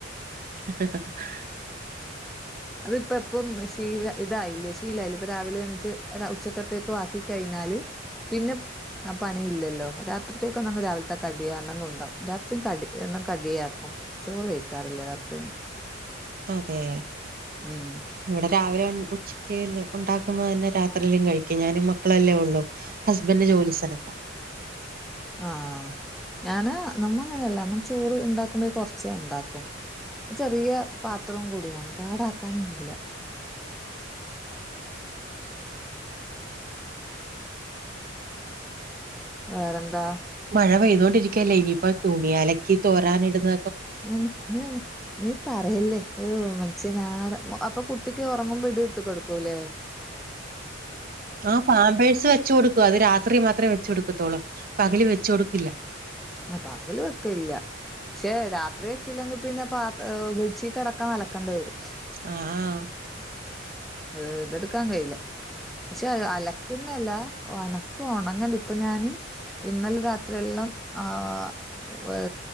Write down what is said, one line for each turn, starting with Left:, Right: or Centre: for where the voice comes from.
Right: <unintelligible>
Centre: അതിപ്പം എപ്പം ശീല ഇതായില്ലേ ശീലായില്ലേ ഇപ്പൊ രാവിലെ എണീച്ച് ഉച്ചക്കത്തേക്കും ആക്കി കഴിഞ്ഞാല് പിന്നെ ആഹ് പണിയില്ലല്ലോ രാത്രിത്തേക്കൊള്ളത് രാവിലത്തെ കടി യണ്ണൻ കൊണ്ടോവും രാത്രിയും കടി എന്നും കടിയാക്കും ചോറ് വെക്കാറില്ല രാത്രിയൊന്നും
Right: അതെ
Centre: ഉം
Right: ഇവിടെ രാവിലെ ഉച്ചക്ക് ഉണ്ടാക്കുന്നത് തന്നെ രാത്രിയിലും കഴിക്കും ഞാനും മക്കളല്ലേ ഉള്ളു ഹസ്ബൻഡ് ജോലി സ്ഥലത്താ
Centre: ആഹ് ഞാന് നമ്മ അങ്ങനെയല്ല നമ്മ ചോറ് ഉണ്ടാക്കുമ്പം കൊറച്ചേ ഉണ്ടാക്കും ചെറിയ പാത്രവും കൂടിയാണ് പാടാക്കാനും കയില്ല. വേറെന്താ
Right: മഴ പെയ്തുകോണ്ടിരിക്കുകല്ലേ ഇനിയിപ്പോ തുണിയലക്കി തോരാനിടുന്ന
Centre: <unintelligible> നീ പറയല്ലേ ഏഹ് മനുഷ്യനാട അപ്പൊ കുട്ടിക്ക് ഉറങ്ങുമ്പോ ഇത് ഇട്ട് കൊടുക്കൂല്ലേ?
Right: <inaudible> ആഹ് പാമ്പേഴ്സ് വെച്ചു കൊടുക്കും അത് രാത്രി മാത്രമേ വെച്ച് കൊടുക്കത്തോള്ളു പകല് വെച്ച് കൊടുക്കില്ല.
Centre: ആഹ് പകല് വെക്കില്ല. പക്ഷെ രാത്രി വെച്ചില്ലെങ്കിൽ പിന്നെ പാ ബെഡ്ഷീറ്റ് അടക്കം അലക്കേണ്ടി വരും.
Right: ആഹ് ആഹ്
Centre: അത് ഇതെടുക്കാൻ കഴയില്ല. പക്ഷെ അലക്കുന്നല്ല ഉണക്ക് ഉണ ഇപ്പൊ ഞാന് ഇന്നലെ രാത്രിയെല്ലാം ആഹ്